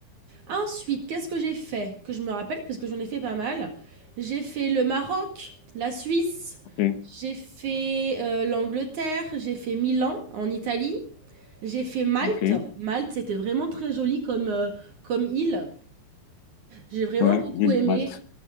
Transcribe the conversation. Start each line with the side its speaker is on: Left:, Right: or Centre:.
Right: Ensuite, qu'est-ce que j'ai fait Que je me rappelle, parce que j'en ai fait pas mal. J'ai fait le Maroc, la Suisse,
Left: OK,
Right: j'ai fait euh, l'Angleterre, j'ai fait Milan en Italie, j'ai fait Malte.
Left: OK.
Right: Malte, c'était vraiment très joli comme, euh, comme île. J'ai vraiment
Left: Ouais,
Right: beaucoup
Left: l'île
Right: aimé.
Left: de Malte.